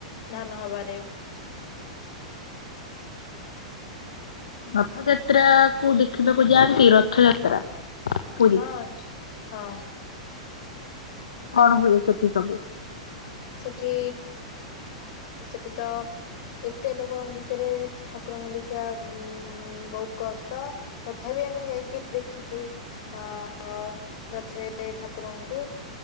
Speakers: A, on the left; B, on the left.
A: ଧାନ ହେବାରେ
B: ରଥଯାତ୍ରା କୁ ଦେଖିବାକୁ ଯାଆନ୍ତି ରଥଯାତ୍ରା? ପୁରୀ
A: ହଁ ଛି ହଁ।
B: କଣ ହୁଏ ସେଠି ସବୁ?
A: ସେଠି ସେଠି ତ ଏତେ ଲୋକଙ୍କ ଭିତରେ ଠାକୁରଙ୍କୁ ଦେଖିବା ଉଁ ବହୁତ କଷ୍ଟ। ତଥାପି ଆମେ ଯାଇକି ଦେଖିଚୁ। ଅଁ ଅଁ ରଥରେ ଠାକୁରଙ୍କୁ।